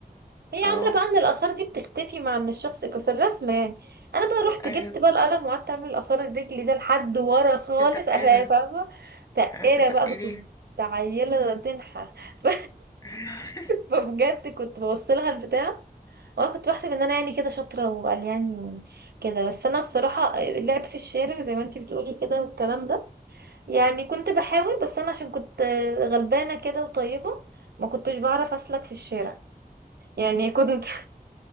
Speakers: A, on the right; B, on the left.
A: هي
B: اه
A: عاملة بقى ان الآثار دي بتختفي مع ان الشخص يبقى في الرسمة يعني انا بقى رحت
B: ايوه
A: جبت بقى القلم وقعدت اعمل آثار الرجل ده لحد ورا خالص
B: تتقلها
A: اهلاقي فاهمة تقيلة
B: تتقليها
A: بقى كنت ز- عيلة تنحى <laughs> ف-
B: <laughs>
A: فبجد كنت بوصلها البتاع وانا كنت بحسب ان انا يعني كده شاطرة وقال يعني كده بس انا بصراحة اللعب في الشارع زي ما انتي بتقولي كده والكلام ده يعني كنت بحاول بس انا عشان كنت غلبانة كده وطيبة ما كنتش بعرف اسلك في الشارع يعني كنت